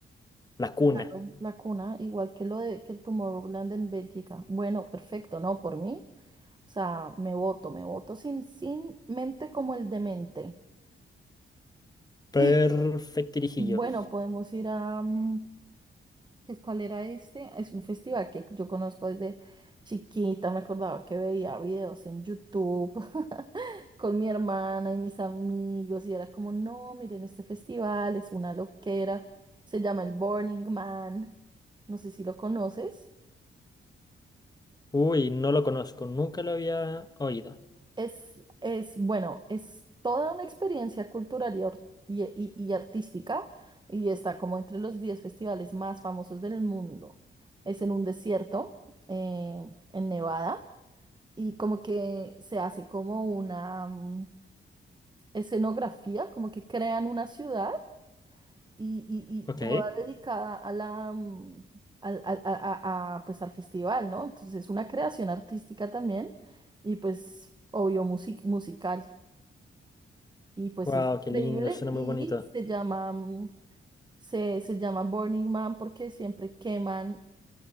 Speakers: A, on the left; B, on the right.
A: la cuna.
B: claro, La cuna, igual que lo de que el Tomorrowland en Bélgica. Bueno, perfecto, no, por mí. O sea, me voto, me voto sin, sin mente como el demente.
A: Perfectirijillo.
B: Y bueno, podemos ir a, mm, ¿qué- ¿cuál era este? Es un festival que yo conozco desde chiquita, me acordaba que veía videos en YouTube <laughs> con mi hermana y mis amigos y era como, no, miren, este festival es una loquera, se llama el Burning Man, no sé si lo conoces.
A: Uy, no lo conozco, nunca lo había oído.
B: Es, es, bueno, es toda una experiencia cultural y, or- y- y- y artística y está como entre los 10 festivales más famosos del mundo. Es en un desierto, eh, en Nevada, y como que se hace como una mm, escenografía, como que crean una ciudad y, y- y
A: Ok.
B: toda dedicada a la, mm, al, al- a- a- a, pues, al festival, ¿no? Entonces es una creación artística también y pues obvio music- musical. Y pues
A: Wow,
B: es
A: qué
B: increíble
A: lindo, suena
B: y
A: muy bonito.
B: se llama, mm, se, se llama Burning Man porque siempre queman